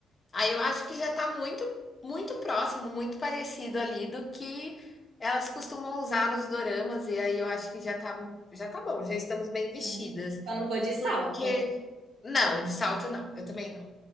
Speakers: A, on the left (about 35°); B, on the right (about 75°).
A: Aí eu acho que já tá muito, muito próximo, muito parecido ali do que elas costumam usar nos doramas, e aí eu acho que já tá, já tá bom, já estamos bem vestidas.
B: É. Só não vou de salto.
A: Porque. Não, de salto não, eu também não.